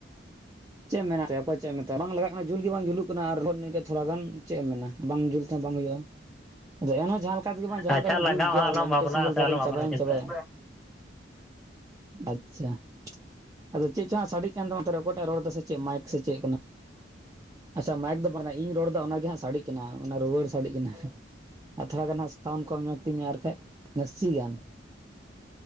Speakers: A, on the right; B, in the centre.
A: ᱪᱮᱫ ᱢᱮᱱᱟᱜ ᱨᱮ ᱚᱠᱚᱭ ᱪᱮᱫ ᱮᱢ ᱢᱮᱱ ᱵᱟᱝ ᱞᱟᱜᱟᱜ ᱠᱟᱱᱟ ᱾ ᱡᱩᱞ ᱜᱮ ᱵᱟᱝ ᱡᱩᱞᱩᱜ ᱠᱟᱱᱟ, ᱟᱨ ᱛᱷᱚᱲᱟ ᱜᱟᱱ ᱪᱮᱫ ᱮᱢ ᱢᱮᱱᱟ, ᱵᱟᱝ ᱡᱩᱞ ᱛᱮᱦᱚᱸ ᱵᱟᱝ ᱦᱩᱭᱩᱜᱼᱟ ᱾ <inaudible> ᱮᱱᱦᱚᱸ, ᱡᱟᱦᱟᱸ ᱞᱮᱠᱟ ᱛᱮᱜᱮ ᱵᱟᱝ? ᱡᱟᱦᱟ, ᱸ ᱡᱟᱦᱟᱸ
B: ᱟᱪᱪᱷᱟ
A: ᱞᱮᱠᱟ ᱛᱮᱧ,
B: ᱞᱟᱜᱟᱜᱼᱟ
A: ᱡᱩᱞ ᱜᱮᱭᱟ
B: ᱟᱞᱚᱢ
A: ᱵᱚᱞᱮ, ᱢᱤᱫᱴᱮᱡ
B: ᱵᱷᱟᱵᱽᱱᱟᱜᱼᱟ
A: ᱥᱮᱸᱜᱮᱞ,
B: ᱥᱮ
A: ᱡᱟᱦᱟᱸᱨᱮᱧ
B: ᱟᱞᱚᱢ ᱵᱷᱟᱵᱽᱱᱟ
A: ᱪᱟᱵᱟᱭᱟ
B: ᱪᱤᱱᱛᱟᱹᱜᱼᱟ
A: ᱪᱟᱵᱟᱭᱟ ᱾ ᱟᱪᱪᱷᱟ ᱾ ᱟᱫᱚ ᱪᱮᱫ? ᱪᱚᱝ ᱦᱟᱸᱜ, ᱥᱟᱰᱮᱜ ᱠᱟᱱ ᱛᱟᱢᱟ ᱾ ᱚᱠᱚᱭᱴᱟᱜ ᱨᱚᱲ ᱮᱫᱟ ᱥᱮ ᱪᱮᱫ? ᱢᱟᱭᱤᱠ ᱥᱮ ᱪᱮᱫ ᱠᱟᱱᱟ ᱾ ᱟᱪᱪᱷᱟ, ᱢᱟᱭᱤᱠ ᱫᱚ ᱵᱟᱝ ᱤᱧ ᱨᱚᱲ ᱮᱫᱟ ᱾ ᱚᱱᱟ ᱫᱚ ᱦᱟᱸᱜ ᱥᱟᱰᱮᱜ ᱠᱟᱱᱟ ᱾ ᱚᱱᱟ ᱨᱩᱣᱟᱹᱲ, ᱥᱟᱰᱮᱜ ᱠᱟᱱᱟ ᱾ ᱟᱨ ᱛᱷᱚᱲᱟ ᱜᱟᱱ ᱦᱟᱸᱜ, ᱥᱟᱣᱩᱱ ᱠᱚᱢ ᱧᱚᱜ ᱛᱤᱧᱟ ᱟᱨ ᱠᱷᱟᱡ ᱱᱟᱥᱤ ᱜᱮᱭᱟ?